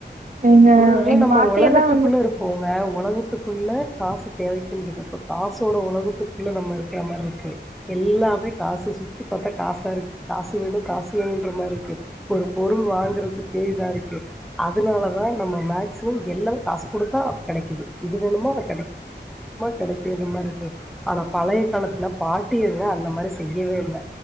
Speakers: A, on the right; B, in the centre.
A: எங்க
B: முன்னெல்லா
A: எங்க
B: நம்ம
A: பாட்டி
B: ஒலகத்துக்குள்ள
A: எல்லா வந்துட்டு
B: இருப்போங்க ஒலகத்துக்கு குள்ள காசு தேவைக்கின்றது இப்ப காசோட உலகத்துக் உள்ள நம்ம இருக்கிற மாரி இருக்கு எல்லாமே காசு சுத்தி பாத்தா காசா இருக்கு காசு வேணு காசு வேணுன்ற மாரிக்கு ஒரு பொருள் வாங்குறதுகே இதா இருக்கு அதனாலதா நம்ம மேக்சிமம் எல்லாம் காசு குடுத்தா கெடைக்குது இது வேணுமா அது கெடைக்குது மாரி இருக்கு ஆனா பழைய காலத்துல பா ட்டிர்ங்க அந்த மாரி செய்யவே இல்ல